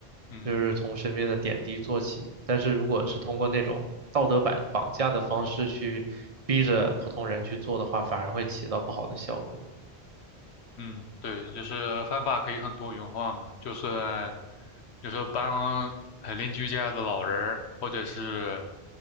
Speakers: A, on the left (about 80°); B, on the right (about 35°).
A: 嗯。
B: 就是从身边的点滴做起。但是如果是通过那种道德绑绑架的方式去逼着普通人去做的话，反而会起到不好的效果。
A: 嗯，对，就是方法可以很多元化嘛，就是就是帮呃邻居家的老人儿或者是